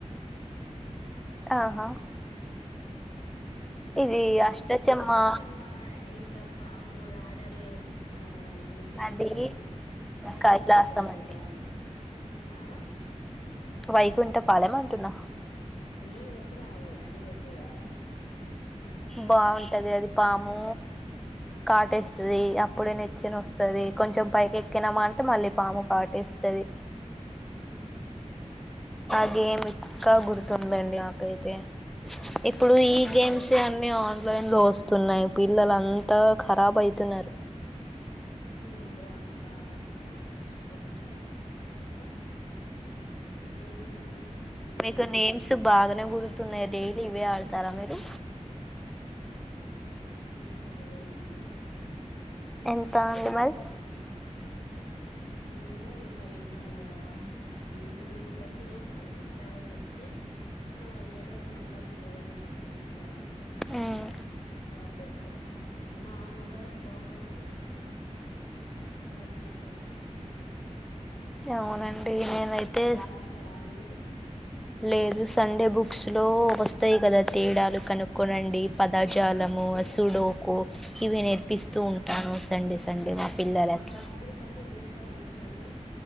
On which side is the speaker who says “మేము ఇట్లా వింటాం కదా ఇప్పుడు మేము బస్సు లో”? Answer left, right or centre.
Left